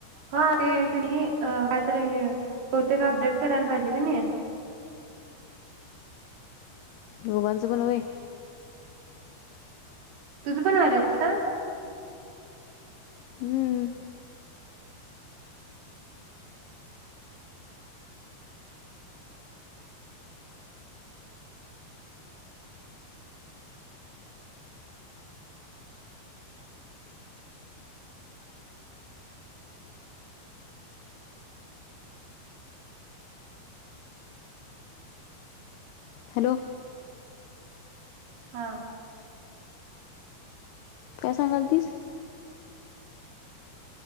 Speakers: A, on the right; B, on the left.
A: हा ते आहे काणी काहीतरी बहुतेक अपडेट करायला पाहिजे का नाही.
B: दोघांचं पण होय.
A: तुझं पण आलय आहे तस?
B: हम्म. हॅलो.
A: हा..
B: काय सांगालतीस?